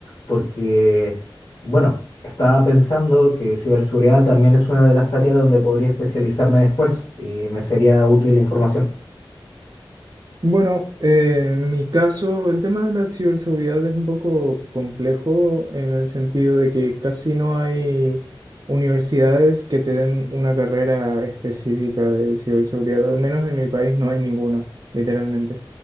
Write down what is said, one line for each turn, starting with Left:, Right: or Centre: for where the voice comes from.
Left: porque, bueno, estaba pensando que ciberseguridad también es una de las áreas donde podría especializarme después y me sería útil la información.
Right: Bueno, eh, en mi caso, el tema de la ciberseguridad es un poco complejo en el sentido de que casi no hay universidades que te den una carrera específica de ciberseguridad, al menos en mi país no hay ninguna, literalmente.